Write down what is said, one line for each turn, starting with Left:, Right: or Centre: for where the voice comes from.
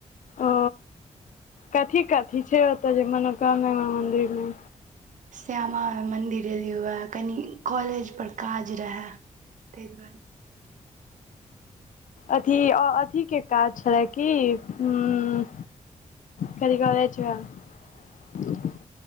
Left: ओ कथी कथी छै ओतऽ जे मनोकामना मन्दिरमे
Right: श्यामा माइ मंन्दिर एलियै वह कनि कॉलेज पर काज रहै त दु बल
Left: अथी अथीे के काज छलए कि ह कथि कहला छ का